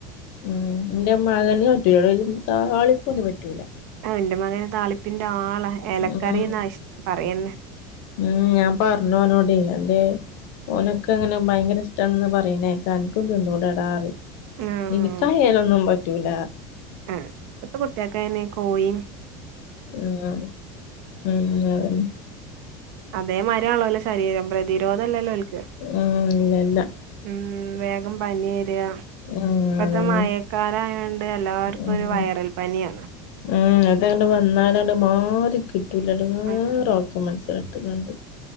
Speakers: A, on the left; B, on the right.
A: ഊം എന്റെ മകന് പറ്റും എളേതിന് താളിപ്പോന്നും പറ്റൂല്ല.
B: ആഹ് എന്റെ മകന് താളിപ്പിന്റാളാ എലക്കറിന്നാ
A: ഉം
B: ഇഷ് പറയിന്നെ
A: ഉം ഞാൻ പറഞ്ഞു അവനോട് എന്തേ ഓനൊക്കെ അങ്ങന ഭയങ്കര ഇഷ്ടാണന്നാ പറയ്ന്നേ കേൾകാം നിനക്കും തിന്നൂടെടാ പറയും
B: ആഹ്
A: ഇനിക്കയേലൊന്നും പറ്റൂല
B: ആഹ് ഇപ്പത്ത കുട്ടികൾക്കങ്ങനേ കോയീം
A: ഉം ആഹ് ഉം ആഹ് അതല്ലെ
B: അതേ മായിരാണല്ലോ ശരീരം പ്രതിരോധില്ലല്ലോൾക്ക്
A: ഉം ഇന്നല്ല
B: ഉം വേഗം പനി വരിക
A: ഉം
B: ഇപ്പത്ത
A: അതന്നെ
B: മയക്കാലായൊൺ ഇവിടേം എല്ലാർക്കൊരു
A: ഉം
B: വയറൽ പനിയാണ്.
A: ഉം അതേണ്ട് വന്നാലാണ്ട് മാറി കിട്ടൂല എടങ്ങേറാക്കും
B: ആഹ്
A: മന്സ് ഇട്ട്ങ്ങാണ്ട്